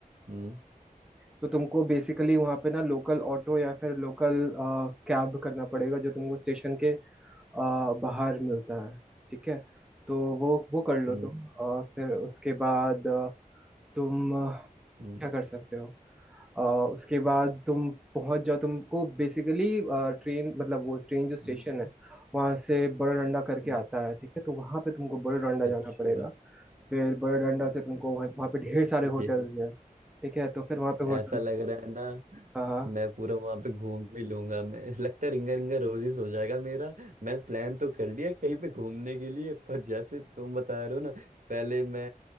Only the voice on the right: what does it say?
हम्म
हम्म
हम्म
हम्म,
हम्म,
अच्छा
<laughs>
ये
ऐसा लग रहा है ना
मैं पूरा वहां पे घूम भी लूंगा मैं लगता है रिंगा रिंगा रोजिस हो जाएगा मेरा मैंने प्लान तो कर लिया कहीं पे घूमने के लिए पर जैसे तुम बता रहे हो ना पहले मैं